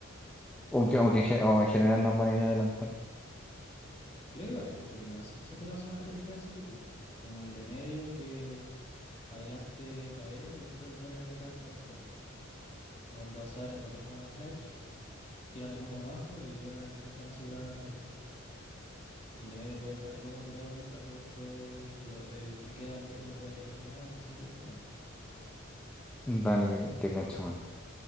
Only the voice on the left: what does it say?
Creo que igual hay gente que lo hace. Quizás podríamos hacer una estrategia de ese tipo, como el de medio que adelante pavé y después vuelve a mirar conector. Onda se abren los dos con una flash, tiran el humo abajo y logran, intentan asegurar B, po. Y el de medio puede dejar el humo tirado ahí para que después lo- el que queda en B lo pueda tirar de nuevo y seguir defendiendo.